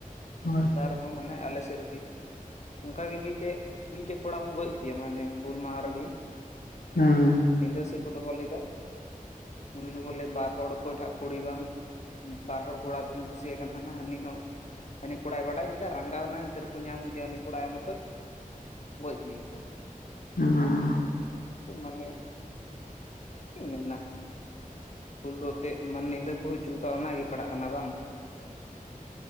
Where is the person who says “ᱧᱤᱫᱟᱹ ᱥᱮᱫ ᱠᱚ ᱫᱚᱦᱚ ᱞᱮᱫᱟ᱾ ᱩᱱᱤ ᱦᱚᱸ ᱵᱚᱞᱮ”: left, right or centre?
Left